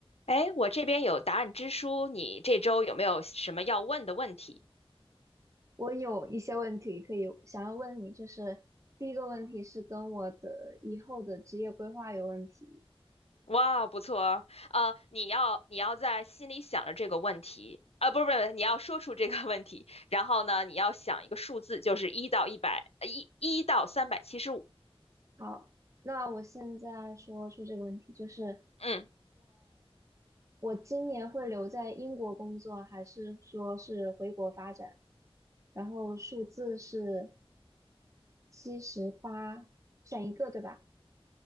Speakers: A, on the left; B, on the right.
A: 哎，我这边有答案之书，你这周有没有什么要问的问题？
B: 我有一些问题可以想要问你，就是第一个问题是跟我的以后的职业规划有问题。
A: 哇，不错哦，呃，你要你要在心里想着这个问题，啊、不是不是，你要说出这个问题，然后呢，你要想一个数字，就是一到一百，呃一一到三百七十五，
B: 好，那我现在说出这个问题，就是
A: 嗯，
B: 我今年会留在英国工作，还是说是回国发展？然后数字是七十八，选一个对吧？